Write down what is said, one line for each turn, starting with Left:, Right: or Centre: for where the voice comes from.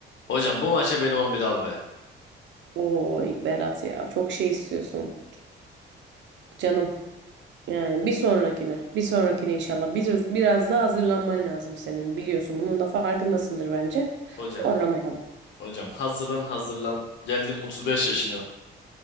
Left: Hocam bu maça beni 11 al be.
Right: Oy Berat ya çok şey istiyorsun canım. Yani bir sonrakine, bir sonrakine inşallah biraz, biraz daha hazırlanman lazım senin biliyorsun. Bunun da farkındasındır bence.
Left: Hocam,
Right: Zorlamayalım.
Left: hocam hazırlan hazırlan. Geldim 35 yaşına.